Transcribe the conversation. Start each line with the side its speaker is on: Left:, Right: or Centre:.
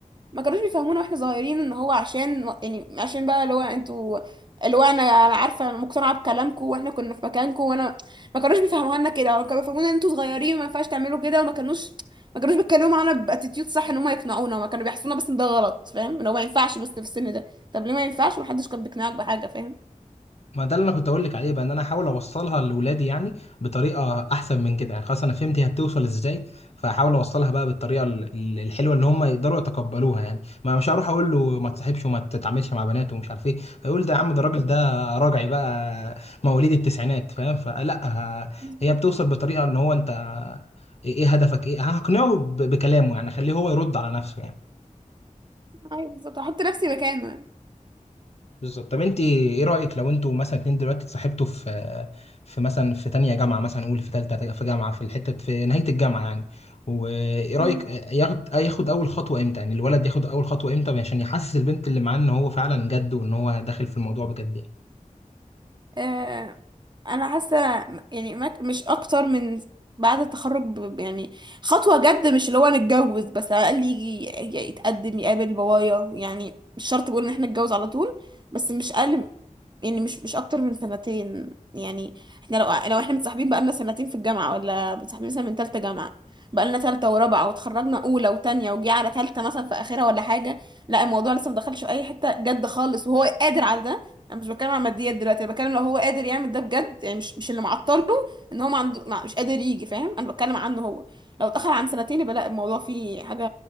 Right: ما كانوش بيفهمونا واحنا صغيرين ان هو عشان يعني عشان بقى اللي هو انتوا اللي هو انا انا عارفه انا مقتنعه بكلامكم واحنا كنا في مكانكم وانا ما كانوش بيفهموها لنا كده ما كانوا بيفهمونا ان انتوا صغيرين وما ينفعش تعملوا كده وما كانوش ما كانوش بيتكلموا معانا باتيتيود صح ان هم يقنعونا ما كانوا بيحسونا بس ان ده غلط فاهم ان هو ما ينفعش بس في السن ده طب ليه ما ينفعش ومحدش كان بيقنعك بحاجه فاهم
Left: ما ده اللي انا كنت اقول لك عليه بقى ان انا احاول اوصلها لاولادي يعني بطريقه احسن من كده يعني خلاص انا فهمت هي بتوصل ازاي فاحاول اوصلها بقى بالطريقه ال- ال- الحلوه اللي هم يقدروا يتقبلوها يعني ما مش هروح اقول له ما تصاحبش وما تتعاملش مع بنات ومش عارف ايه هيقول ده يا عم ده الراجل ده راجعي بقى مواليد التسعينات فاهم فلا ه-
Right: بالظبط
Left: هي بتوصل بطريقه ان هو انت ايه إيه هدفك ايه هقنعه ب- بكلامه يعني خليه هو يرد على نفسه يعني
Right: ايوه بالظبط احط نفسي مكانه
Left: بالظبط طب انت ايه رايك لو انتوا مثلا اتنين دلوقتي اتصاحبتوا في في مثلا في تانية جامعه مثلا قول في تالتة في جامعه في الحته في نهايه الجامعه يعني وايه رايك
Right: يعني.
Left: ياخد ياخد اول خطوه امتى يعني الولد ياخد اول خطوه امتى عشان يحسس البنت اللي معاه ان هو فعلا جد وان هو داخل في الموضوع بجد يعني
Right: آه، انا حاسه يعني ما مش اكتر من بعد التخرج ب- يعني خطوه جد مش اللي هو نتجوز بس على الاقل يجي ي- يتقدم يقابل بابايا يعني مش شرط بقول ان احنا نتجوز على طول بس مش اقل يعني مش مش اكتر من سنتين يعني احنا لو لو احنا متصاحبين بقالنا سنتين في الجامعه ولا متصاحبين مثلا من تالتة جامعه بقالنا تالتة ورابعه وتخرجنا اولى وتانية وجي على تالتة مثلا في اخرها ولا حاجه لا الموضوع لسه مدخلش في اي حته جد خالص وهو قادر على ده انا مش بتكلم عن ماديات دلوقتي انا بتكلم لو هو قادر يعمل ده بجد يعني مش مش اللي معطله ان هو ما عنده ما- مش قادر يجي فاهم انا بتكلم عنه هو لو اتاخر عن سنتين يبقى لا الموضوع فيه حاجه